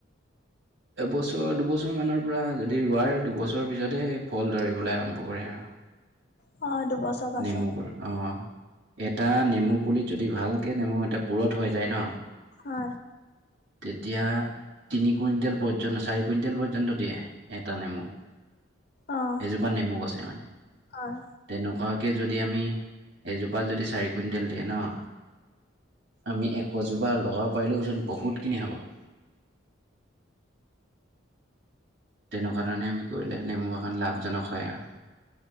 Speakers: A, on the right (about 60°); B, on the left (about 50°).
A: এবছৰ দুবছৰ মানৰ পৰা যদি ৰোৱা দুবছৰৰ পিছতহে ফল ধৰিবলৈ আৰম্ভ কৰে আৰু
B: অ দুবছৰ পাছত
A: নেমু গছ অ এটা নেমু পুলিত যদি ভালকৈ নেমু এটা পূুৰঠ হৈ যায় ন
B: অ
A: তেতিয়া তিনি কুইণ্টেল পৰ্যন্ত চাৰি কুইণ্টেল পৰ্যন্ত দিয়ে এটা নেমু
B: অ',
A: এজোপা নেমু গছে মানে
B: হয়।
A: তেনেকুৱা ত যদি আমি এজোপা যদি চাৰি কুইণ্টেল দিয়ে ন আমি এশজোপা লগাব পাৰিলোওচোন বহুতখিনি হব <inaudible> তেনেকুৱা ধৰণে আমি কৰিলে নেমু বাগখন লাভজনক হয় আৰু